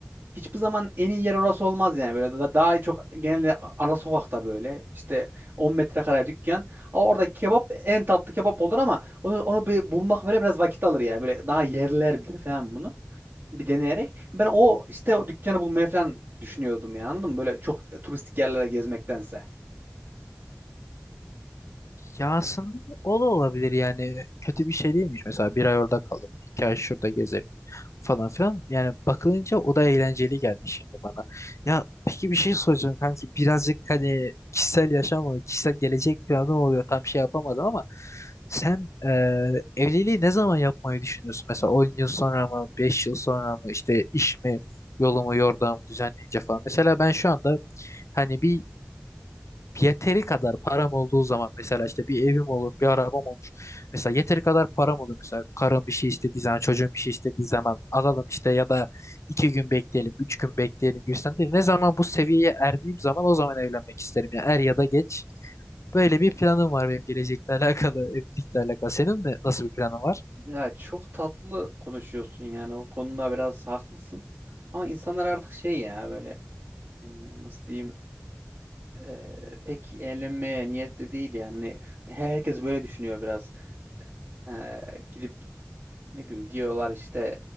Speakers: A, on the right; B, on the left.
A: hiçbir zaman en iyi yer orası olmaz yani böyle da- daha çok genelde ara sokakta böyle işte 10 metrekare dükkan ama orada kebap en tatlı kebap olur ama onu onu bir bulmak böyle biraz vakit alır yani böyle daha yerliler bilir falan bunu bir deneyerek ben o işte o dükkanı bulmaya falan düşünüyordum yani anladın mı böyle çok turistik yerlere gezmektense.
B: Ya aslında o da olabilir yani kötü bir şey değilmiş. Mesela bir ay orada kalırım, iki ay şurada gezerim falan filan. Yani bakılınca o da eğlenceli geldi şimdi bana. Ya peki bir şey soracağım kanki birazcık hani kişisel yaşam oluyor, kişisel gelecek planı oluyor tam şey yapamadım ama sen eee, evliliği ne zaman yapmayı düşünüyorsun? Mesela 10 yıl sonra mı, 5 yıl sonra mı işte işimi, yolumu, yordamı düzenleyince falan. Mesela ben şu anda hani bir yeteri kadar param olduğu zaman mesela işte bir evim olur, bir arabam olur. Mesela yeteri kadar param olur. Mesela karım bir şey istediği zaman, çocuğum bir şey istediği zaman alalım işte ya da iki gün bekleyelim, üç gün bekleyelim gibisinden değil. Ne zaman bu seviyeye erdiğim zaman o zaman evlenmek isterim. Yani er ya da geç. Böyle bir planım var benim gelecekle alakalı, evlilikle alakalı. Senin de nasıl bir planın var?
A: Ya çok tatlı konuşuyorsun yani o konuda biraz haklısın. Ama insanlar artık şey ya böyle hmm, nasıl diyeyim e, pek eğlenmeye niyetli değil yani. Hani her- herkes böyle düşünüyor biraz. E, gidip ne bileyim diyorlar işte